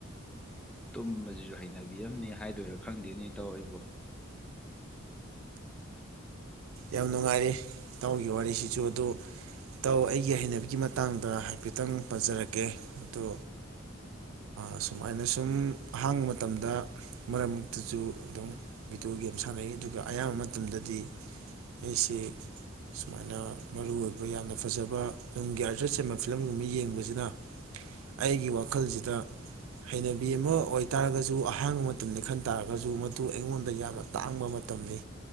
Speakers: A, in the centre; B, on the right (about 85°).
A: ꯇꯨꯝꯕꯁꯤꯁꯨ ꯍꯩꯅꯕꯤꯔꯝꯅꯦ ꯍꯥꯏꯗꯣꯏꯔꯥ ꯈꯪꯗꯦꯅꯦ ꯇꯧ ꯑꯩꯕꯨ
B: ꯌꯥꯝ ꯅꯨꯡꯉꯥꯏꯔꯦ ꯏ ꯇꯥꯎꯒꯤ ꯋꯥꯔꯤꯁꯤꯁꯨ ꯑꯗꯨ ꯏꯇꯥꯎ ꯑꯩꯒꯤ ꯍꯩꯅꯕꯤꯒꯤ ꯃꯇꯥꯡꯗ ꯍꯥꯏꯐꯦꯠꯇꯪ ꯄꯖꯔꯛꯀꯦ ꯑꯣ ꯑꯗꯨꯃꯥꯏꯅ ꯁꯨꯝ ꯑꯍꯥꯡꯕ ꯃꯇꯝꯗ ꯃꯔꯛ ꯃꯛꯇꯖꯨ ꯑꯗꯨꯝ ꯚꯤꯗꯤꯑꯣ ꯒꯦꯝ ꯁꯥꯟꯅꯩ ꯑꯗꯨꯒ ꯑꯌꯥꯝꯕ ꯃꯇꯝꯗꯗꯤ ꯑꯩꯁꯤ ꯁꯨꯃꯥꯏꯅ ꯃꯔꯨ ꯑꯣꯏꯕ ꯌꯥꯝꯅ ꯐꯖꯕ ꯅꯨꯡꯒꯤ ꯑꯥꯔꯖ ꯆꯦꯝꯕ ꯐꯤꯂꯝꯒꯨꯝꯕ ꯌꯦꯡꯕꯖꯤꯅ ꯑꯩꯒꯤ ꯋꯥꯈꯜꯖꯤꯗ ꯍꯩꯅꯕꯤ ꯑꯃ ꯑꯣꯏ ꯇꯥꯔꯒꯖꯨ ꯑꯍꯥꯡꯕ ꯃꯇꯝꯅꯤ ꯈꯟ ꯇꯥꯔꯒꯖꯨ ꯃꯗꯨ ꯑꯩꯉꯣꯟꯗ ꯌꯥꯝꯅ ꯇꯥꯡꯕ ꯃꯇꯝꯅꯤ